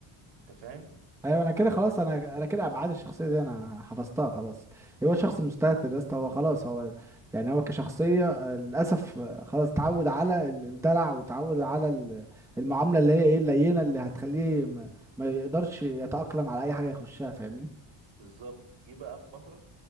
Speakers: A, on the right; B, in the centre.
A: انت فاهم
B: ايوه انا كده
A: يعني
B: خلاص
A: كم
B: انا انا كده ابعاد الشخصيه دي انا حفظتها خلاص هو شخص مستهتر يا اسطى هو خلاص هو يعني هو كشخصيه آه، للاسف آه، خلاص اتعود على ال- الدلع واتعود على ال- المعامله اللي هي ايه اللينه اللي هتخليه ما ما يقدرش يتاقلم على اي حاجه يخشها فاهمني
A: بالظبط جه بقى في فترة